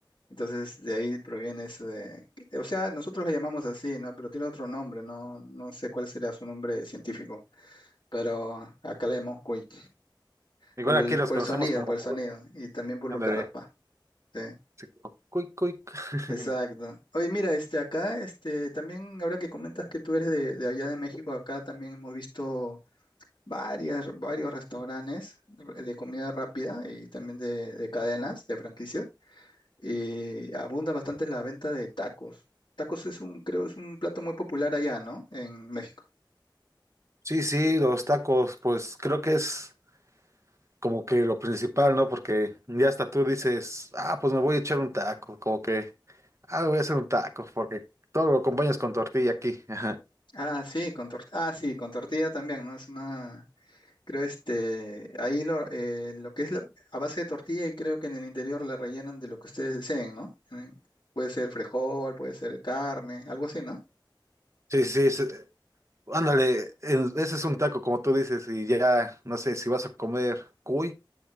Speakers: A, on the left; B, on the right.
A: Entonces, de ahí proviene eso de... O sea, nosotros la llamamos así, ¿no? Pero tiene otro nombre, no, no sé cuál sería su nombre científico. Pero acá la llamamos cuy.
B: <laughs> Igual
A: Por el,
B: aquí los
A: por
B: conocemos
A: el sonido,
B: como
A: por el
B: cuy.
A: sonido. Y también por
B: Ándale,
A: lo que raspa. Sí,
B: sí, como cuy, cuy. <laughs>
A: exacto. Oye, mira, este, acá, este, también ahora que comentas que tú eres de, de allá de México, acá también hemos visto varias, varios restaurantes de comida rápida y también de de cadenas, de franquicias eh, abunda bastante en la venta de tacos. Tacos es un, creo, es un plato muy popular allá, ¿no? En México.
B: Sí, sí, los tacos, pues creo que es. como que lo principal, ¿no? Porque ya hasta tú dices, ah, pues me voy a echar un taco, como que, ah, me voy a hacer un taco, porque todo lo acompañas con tortilla aquí. <laughs> Ajá.
A: Ah, sí, con tor- ah, sí, con tortilla también, ¿no? Es una, creo, este, ahí lo, eh, lo que es la- a base de tortilla y creo que en el interior la rellenan de lo que ustedes deseen, ¿no? Eh, Puede ser frijol, puede ser carne, algo así, ¿no?
B: Sí, sí, sí, sí. ándale, en- ese es un taco, como tú dices, y ya, no sé, si vas a comer cuy,